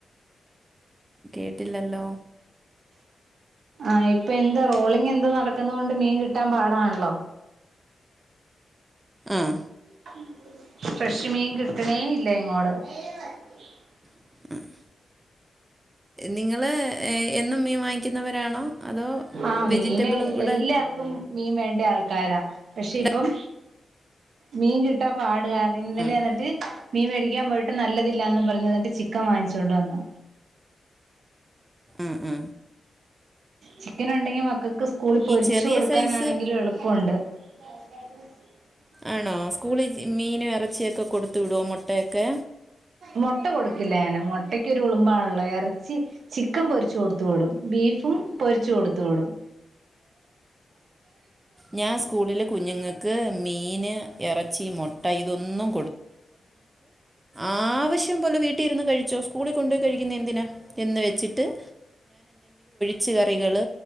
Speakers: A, on the right; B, on the right.
A: കേട്ടില്ലല്ലോ
B: ആഹ ഇപ്പൊ എന്താ റോളിങ് എന്താ നടക്കുന്ന കൊണ്ട് മീൻ കിട്ടാൻ പാടാണല്ലോ
A: ആഹ
B: <unintelligible>
A: <unintelligible> നിങ്ങള് എന്നും മീൻ വാങ്ങിക്കുന്നവരാണോ അതോ
B: ആഹ്
A: വെജിറ്റബിളും
B: മീന്
A: കൂടെ
B: എല്ലാർക്കും മീൻ വേണ്ട പക്ഷെ ഇപ്പം
A: ആ
B: മീൻ കിട്ടാ പാട ഇന്നലെ
A: ആ
B: മീൻ മേടിക്കാൻ പോയിട്ട് നല്ലത്തില്ല പറഞ്ഞു എന്നിട്ട് ചിക്കൻ വാങ്ങിച്ചോണ്ട് വന്ന്
A: മ് മ്
B: ചിക്കൻ ഉണ്ടെങ്കി മക്കൾക്ക് സ്കൂളിൽ പൊരിച്ചു
A: ചെറിയ
B: കൊടുക്കാനാണെങ്കിലും
A: സൈസ്
B: എളുപ്പം ഇണ്ട് <unintelligible>
A: ആണോ സ്കൂളിൽ മീന ഇറച്ചിയൊക്കെ കൊടുത്തു വിടുവോ മുട്ടയൊക്കെ
B: മുട്ട കൊടുക്കില്ല ഞാന് മുട്ടക്കൊ ഒരുലുബാംണല്ലോ ഇറച്ചി ചിക്കൻ പൊരിച്ച് കൊടുത്ത് വിടും <inaudible> പൊരിച്ച കൊടുത്തു വിടും
A: ഞാൻ സ്കൂളിൽ കുഞ്ഞുങ്ങൾക്ക് മീൻ ഇറച്ചി മുട്ട ഇതൊന്നും ആവശ്യ പോലെ വീട്ടിലിരുന്ന് കഴിച്ചോ സ്കൂളിൽ കൊണ്ടുപോയി കഴിക്കുന്ന എന്തിനാന്ന് എന്ന് വെച്ച് ച്ച് കറികൾ